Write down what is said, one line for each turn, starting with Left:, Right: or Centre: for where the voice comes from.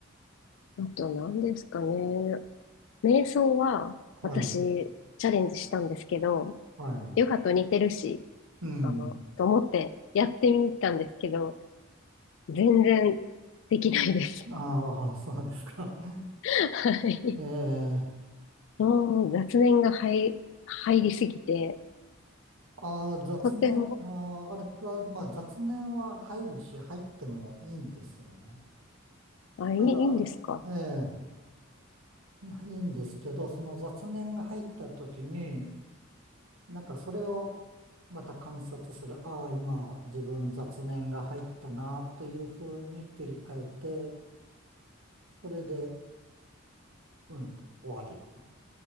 Left: あと何ですかね。瞑想は私チャレンジしたんですけど、
Right: はい。はい。
Left: ヨガと似てるし、
Right: うん。
Left: あの、と思ってやってみたんですけど、全然できないです。
Right: ああ、そうですか。<laughs>
Left: <laughs> はい。
Right: ええ
Left: もう雑念が入、入りすぎて、
Right: ああ、雑念、
Left: とても、
Right: あー、あれは、まあ雑念は入るし、入ってもいいんですよね。
Left: あ、いい、
Right: ただ、
Left: いいんですか
Right: ええ、いいんですけど、その雑念が入った時に、なんかそれをまた観察する。ああ、今自分雑念が入ったな、というふうに切り替えて、それで、うん、終わり。